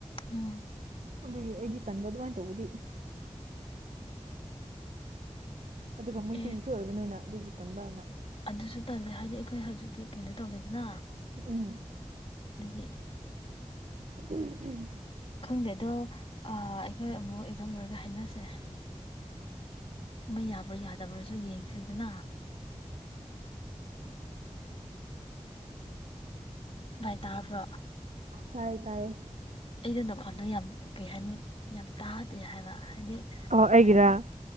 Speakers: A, on the left (about 50°); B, on the right (about 80°).
A: ꯎꯝ
B: ꯑꯗꯨꯒꯤ ꯑꯩꯗꯤ ꯇꯟꯕ ꯑꯗꯨꯃꯥꯏꯅ ꯇꯧꯕꯗꯤ ꯑꯗꯨꯒ ꯃꯩꯇꯩꯒꯤꯁꯨ
A: ꯑꯦ
B: ꯑꯣꯏꯕꯅꯤꯅ ꯑꯗꯨꯒꯤ ꯇꯟꯕ ꯑꯩꯅ
A: ꯑꯗꯨꯁꯨ ꯇꯜꯂꯦ ꯍꯥꯏꯗꯤ ꯑꯩꯈꯣꯏ ꯍꯧꯖꯤꯛꯇꯤ ꯀꯩꯅꯣ ꯇꯧꯋꯦꯗꯅ
B: ꯎꯝ
A: ꯑꯗꯒꯤ
B: ꯎꯝ ꯎꯝ
A: ꯈꯪꯗꯦ ꯑꯗꯣ ꯑꯩꯈꯣꯏ ꯑꯃꯨꯛ ꯑꯦꯛꯖꯣꯝ ꯂꯣꯏꯔꯒ ꯍꯥꯏꯅꯁꯦ ꯃ ꯌꯥꯕ꯭ꯔꯥ ꯌꯥꯗꯕ꯭ꯔꯥꯁꯨ ꯌꯦꯡꯁꯤꯗꯨꯅ ꯚꯥꯏ ꯇꯥꯕ꯭ꯔꯣ
B: ꯇꯌꯦ ꯇꯌꯦ
A: ꯑꯩꯅ ꯗꯨꯀꯥꯟꯗꯣ ꯌꯥꯝ ꯀꯩ ꯍꯥꯏꯅꯤ ꯌꯥꯝ ꯇꯥ ꯍꯥꯏꯕ ꯍꯥꯏꯗꯤ
B: ꯑꯣ
A: ꯀꯃꯥꯏ
B: ꯑꯩꯒꯤꯔꯥ
A: ꯍꯥꯏꯗꯅꯣ